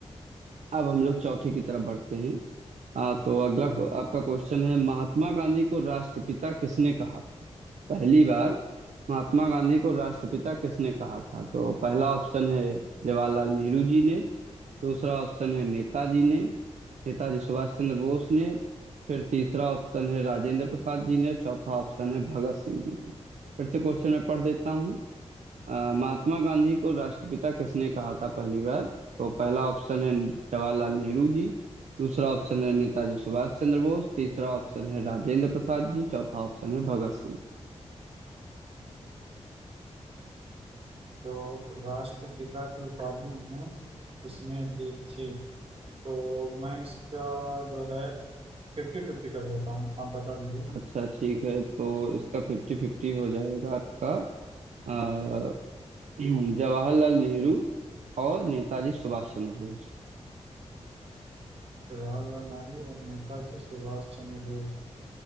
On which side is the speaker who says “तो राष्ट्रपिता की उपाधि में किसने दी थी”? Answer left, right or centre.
Right